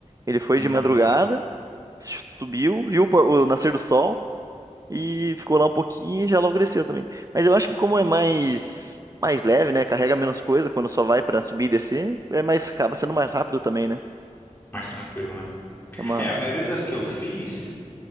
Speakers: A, on the right; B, on the left.
A: Ele foi
B: uhum.
A: de madrugada, subiu, viu o, pôr- o nascer do sol e ficou lá um pouquinho e já logo desceu também. Mas eu acho que como é mais mais leve, né? Carrega menos coisa quando só vai pra subir e descer, é mais acaba sendo mais rápido também, né?
B: Mais tranquilo, né?
A: É uma,
B: É, a maioria das que eu fiz,